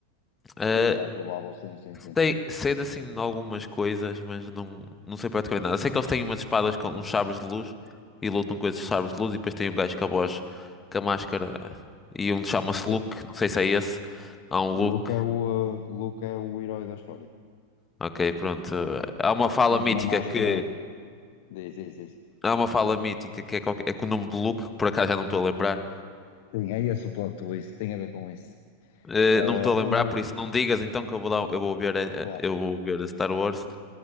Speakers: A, on the left; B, on the left.
A: Eh,
B: Sim, é provável, sim, sim, sim.
A: Tem cedo assim em algumas coisas, mas não, não sei praticamente nada. Sei que eles têm umas espadas com uns sabres de luz e lutam com esses sabres de luz e depois tem um gajo com a voz, com a máscara e um chama-se
B: Sim.
A: Luke, não sei se é esse. Há um Luke,
B: O Luke é o, uh, o Luke é o herói da história.
A: ok, pronto.
B: O,
A: Há uma
B: o-
A: fala
B: a personagem
A: mítica
B: da máscara
A: que
B: diz, diz, diz.
A: há uma fala mítica que é, qualquer- é com o nome de Luke, que por acaso já não me estou a lembrar.
B: Sim, é esse o plot twist, tem a ver com isso.
A: Eh,
B: Ah,
A: não me estou
B: o,
A: a lembrar, por isso não digas então que eu vou dar, eu vou ver, eh,
B: claro,
A: eu vou ver a Star Wars.